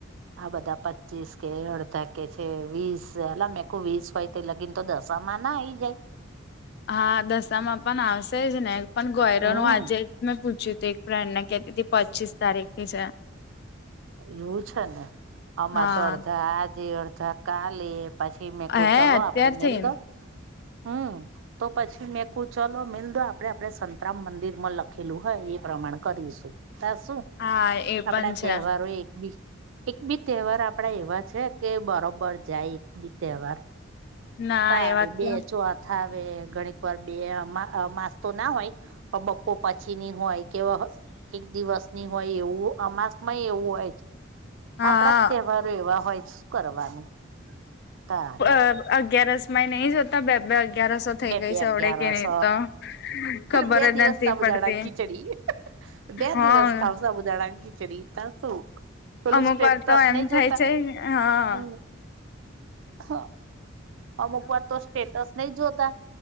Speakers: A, on the right (about 70°); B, on the left (about 55°).
A: આ બધા પચીસ કે અડધા કે છે વીસ એલા મેં કો વીસ હોય તે લગીન તો દશામાં ના આઈ જાય?
B: હા, દશામાં પણ આવશે જ ને પણ ગોયરોનુ
A: હમ
B: આજે મેં પૂછ્યું હતું એક ફ્રેન્ડને કેતી તી પચીસ તારીખ થી છે.
A: એવું છે ને અમાર
B: હા
A: તો અડધા આજે અડધા કાલે પછી મેં કો
B: હે
A: ચલો
B: અત્યારથી
A: આપડે મેલ દે હમ્મ. તો પછી મેં કુ ચલો મીલ દો આપડે આપડે સંતરામ મંદિર માં લખેલું હોય એ પ્રમાણ કરીશું. તા શું
B: હા એ
A: આપડા
B: પણ છે
A: તહેવારોય એક બી એક બી તેહવાર આપડા એવા છે કે બરોબર જાય એક બી તેહવાર.
B: ના
A: તારી
B: એ વાત
A: બે
B: તો
A: ચોથ આવે ઘણીક વાર બે અમા અમાંસ તો ના હોય પણ બપો પછીની હોય કે વ્હસ એક દિવસ ની હોય એવું અમાસમાંય એવું હોય અજ
B: હા
A: આપડા તહેવારો એવા હોય છે શું કરવાનું. તારે
B: બ અગિયારસ માઈ નહી જતા બેબે અગ ગયારસો થઈ
A: બે
B: ગઈ
A: બે
B: સે
A: અગિયારસ
B: અવડે કે નહિતો ખબર
A: એટલે બે દિવસ
B: જ નથી
A: સાબુદાણા
B: પડતી.
A: ખીચડી બે
B: હા
A: દિવસ ખાવ સા બુદાડા કીચડી ત્યા શું. પેલું
B: અમુક
A: સ્ટેપતસ
B: વાર તો એમ
A: નઈ જોતા.
B: થાય છે હા
A: હમ્મ, હા. અમુક વાર તો સ્ટેટસ નઈ જોતા.